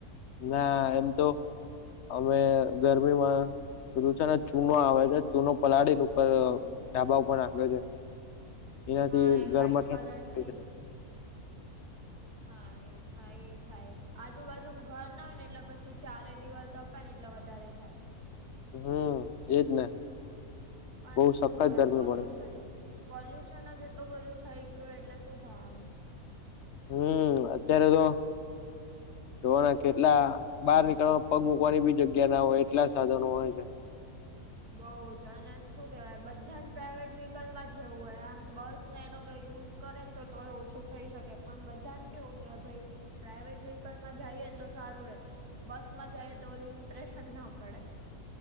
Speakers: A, on the left (about 60°); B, on the right (about 90°).
A: ના એમ તો અમે ગરમીમાં પહેલું છે ને ચૂનો આવે છે ચૂનો પલાળી ઉપર ઢાબા ઉપર નાખે છે. એનાથી
B: હા એ
A: ઘરમાં
B: વાઈટ
A: ઠંડી
B: કલરથી હા અચ્છા એ થાય આજુબાજુમ ઘર ના હોય ને એટલે પછી ચારે દિવલ તો પણ એટલો વધારે થાય.
A: હામ એજ ને.
B: પણ
A: બહુ સખત
B: શું કેહેવાય
A: ગરમી
B: પોલ્યુશન
A: પડે
B: પોલ્યુશન જેટલું બધું થઈ ગયું હોય એટલે શું થવાનું.
A: હમ, અત્યારે તો. જોવાના કેટલા બહાર નીકળવા પગ મુકવાની બી જગ્યા ના હોય એટલા સાધનો હોય છે.
B: બઉ જ અને શું કેહેવાય બધાને પ્રાઇવેટ વ્હીકલમાં જવું હોય આમ બસ ને એનો કઈ યુઝ કરેને તો તોય ઓછું થઈ શકે પણ બધાને કેવું કે ભાઈ પ્રાઇવેટ વ્હીકલમાં જઈએ તો સારું રે. બસમાં જઈએ તો ઓલી ઇમ્પ્રેશન ના પડે‌.